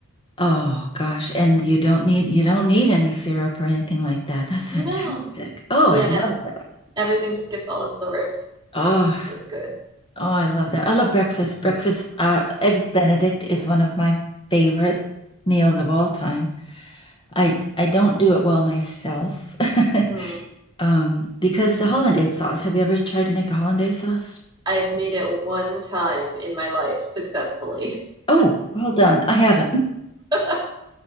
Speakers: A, on the left; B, on the right.
A: Oh gosh, and you don't need you don't need any syrup or anything like that. That's fantastic.
B: No.
A: Oh,
B: Yeah,
A: I love that.
B: everything just gets all absorbed,
A: Oh.
B: which is good.
A: Oh, I love that. I love breakfast. Breakfast, uh, eggs Benedict is one of my favorite meals of all time. I I don't do it well myself. <laughs>
B: Mhm.
A: Um, because the hollandaise sauce. Have you ever tried to make a hollandaise sauce?
B: I've made it one time in my life successfully.
A: Oh, well done. I haven't.
B: <laughs>